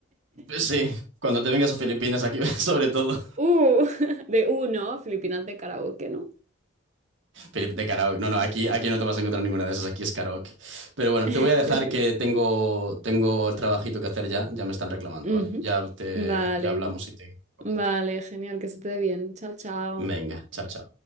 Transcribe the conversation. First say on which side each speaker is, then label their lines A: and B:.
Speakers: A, on the right; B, on the right.
A: Pues
B: <laughs>
A: sí, cuando te vengas a Filipinas, aquí <laughs> sobre todo,
B: Uh, <laughs> de uno, Filipinas de karaoke, ¿no?
A: Filip- de karaoke. No, no, aquí, aquí no te vas a encontrar ninguna de esas, aquí es karaoke. Pero bueno,
B: <laughs>
A: te voy a dejar que tengo, tengo trabajito que hacer ya, ya me están reclamando,
B: Ujú.
A: ¿vale? Ya te,
B: Vale,
A: ya hablamos y te comento.
B: vale, genial, que se te dé bien. Chao, chao.
A: Venga, chao, chao.